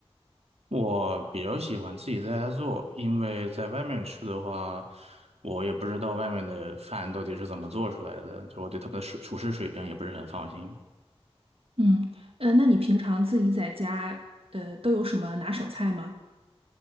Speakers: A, on the right; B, on the right.
A: 我比较喜欢自己在家做，因为在外面吃的话，我也不知道外面的饭到底是怎么做出来的，就我对他们的水厨师水平也不是很放心。
B: 嗯，呃，那你平常自己在家，呃，都有什么拿手菜吗？